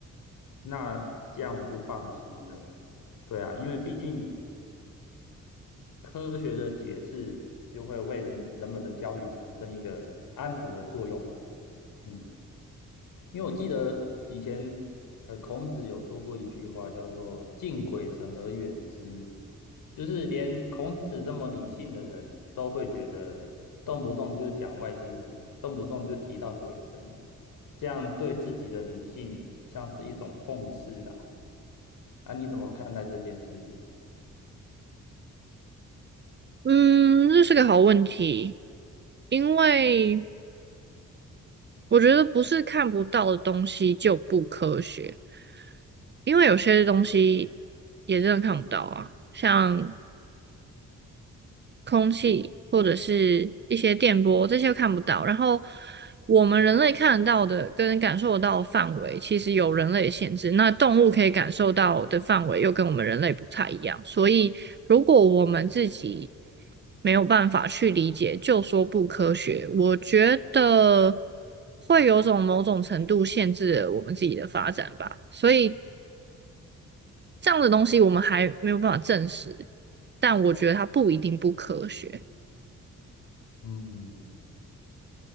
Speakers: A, on the left; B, on the right.
A: 那这样我就放心了。对啊，因为毕竟科学的解释就会为人人们的焦虑产生一个安抚的作用啦。嗯，因为我记得以前呃孔子有说过一句话叫做“敬鬼神而远之”，就是连孔子这么理性的人都会觉得动不动就讲外星人，动不动就提到鬼神，这样对自己的理性像是一种讽刺啦。啊，你怎么看待这件事？
B: 嗯，这是个好问题，因为我觉得不是看不到的东西就不科学，因为有些东西也真的看不到啊，像空气或者是一些电波，这些都看不到。然后我们人类看得到的跟感受得到的范围，其实有人类的限制。那动物可以感受到的范围又跟我们人类不太一样，所以如果我们自己没有办法去理解，就说不科学，我觉得会有种某种程度限制了我们自己的发展吧。所以这样的东西我们还没有办法证实，但我觉得它不一定不科学。
A: 嗯，